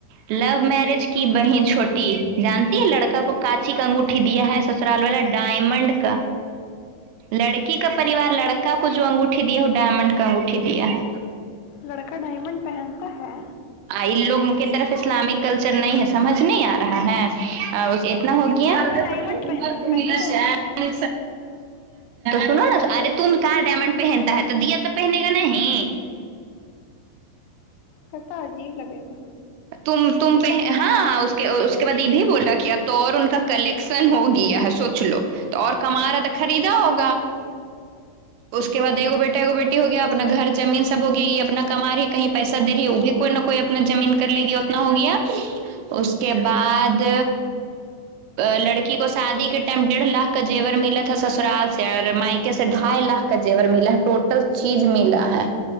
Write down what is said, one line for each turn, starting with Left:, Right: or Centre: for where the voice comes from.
Right: لاؤ میرج کی بہن چھوٹی جانتی ہے لڑکا کو کاچی کا انگوٹا دیا ہے سسرال والا ڈائمنڈ کا لڑکی کا پریوار لڑکا کو جو انگوٹھی دیا وہ ڈائمنڈ کا انگوٹھی دیا ہے
Left: لڑکا ڈائمنڈ پہنتا ہے
Right: ان لوگ کی طرف اسلامک کلچر نہیں ہے سمجھ نہیں آ رہا ہے اتنا ہوگیار
Left: لڑکا
Right: م
Left: ڈائمنڈ پہنتا ہے پہلی بار سن رہے ہیں
Right: تو سنو نا ارے تم کہاں ڈائمنڈ پہنتا ہے تو دیا تو پہنے گا نہیں
Left: کتا عجیب لگے گا
Right: تم پہ ہاں اس کے بعد یہ بھی بولا کیا تو اور ان کا کر سن ہوگی سوچ لو تو اور کم رہا تو خریدا ہوگا اس کے بعد ایکگو بیٹا ایکو بیٹی ہو گیا اپنا گھر زمین سب ہو گیا یہ اپنا کما رہی کہیں پیسہ رہی وہ بھی کوئی نہ کوئی اپنا زمین کر لے گی اتنا ہو گیا اس کے بعد
Left: ہ
Right: لڑکی کو شادی کے ٹائم ڈیڑھ لاکھ کا جیور ملا تھا سسرال سے اور مائکے سے ڈھائی لاکھ کا جیور ملا ہے ٹوٹل چیز ملا ہے